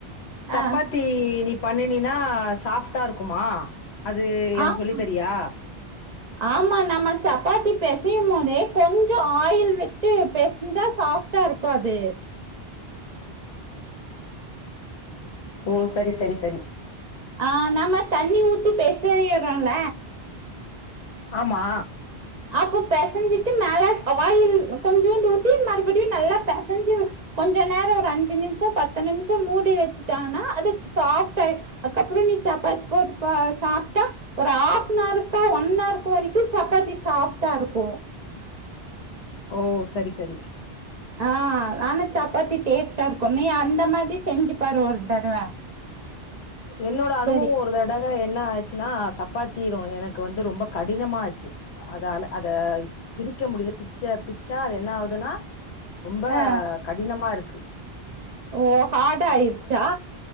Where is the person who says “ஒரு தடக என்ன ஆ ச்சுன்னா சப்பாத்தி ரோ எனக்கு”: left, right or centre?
Left